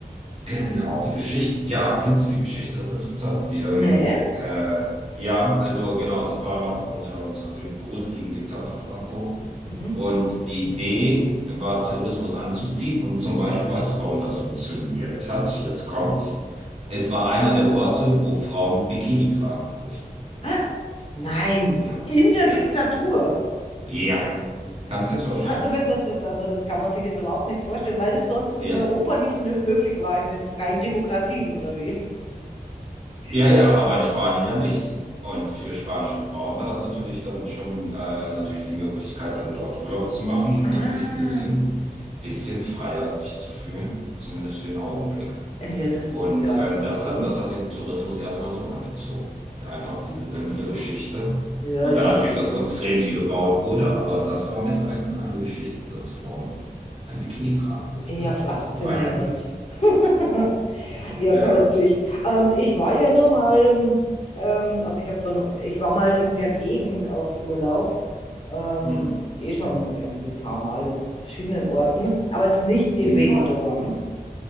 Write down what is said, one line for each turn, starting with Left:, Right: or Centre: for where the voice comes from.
Right: Genau, die Geschichte. Ja, kennst du die Geschichte? Das ist interessant. Die, ähm,
Left: Nee.
Right: äh, ja, also genau, das war noch unter, unter dem gruseligen Diktator Franco.
Left: Mhm.
Right: Und die Idee war, Terrorismus anzuziehen. Und zum Beispiel, weißt du, warum das funktioniert hat? Jetzt kommt's. Es war einer der Orte, wo Frauen Bikini tragen durften.
Left: Ah, Nein.
Right: Ja,
Left: In der
Right: ja,
Left: Diktatur.
Right: ja. Kannst du es vorstellen?
Left: Also, wenn das ist, also das kann man sich jetzt überhaupt nicht vorstellen, weil das sonst in
Right: Ja,
Left: Europa nicht nö- möglich war, in den freien Demokratien, oder wie?
Right: ja, ja, aber in Spanien ja nicht. Und für spanische Frauen war das natürlich dann schon äh, natürlich die Möglichkeit, dann dort Urlaub zu machen und
Left: Ah,
Right: natürlich ein bisschen, bisschen freier sich zu fühlen, zumindest für den Augenblick.
Left: ja, das
Right: Und
Left: ist ja
Right: ähm,
Left: okay.
Right: das hat, das hat den Tourismus erstmal so angezogen. Da
Left: Ach
Right: Einfach diese simple
Left: so.
Right: Geschichte.
Left: Ja,
Right: Und
Left: ja.
Right: dann natürlich, dass so extrem viel gebaut wurde, aber das war mit ein, eine Geschichte, dass Frauen ein Bikini tragen durften,
Left: Ja,
Right: das
Left: faszinierend.
Right: erste Mal. <laughs>
Left: <laughs> Ja,
Right: Ja.
Left: köstlich. Ähm, ich war ja nur mal, ähm, ähm, also ich habe da nur, ich war mal in der Gegend auf Urlaub. Ähm,
Right: Hm.
Left: eh schon irgendwie ein paar Mal jetzt in verschiedenen Orten, aber jetzt nicht in
Right: Nee.
Left: Benidorm.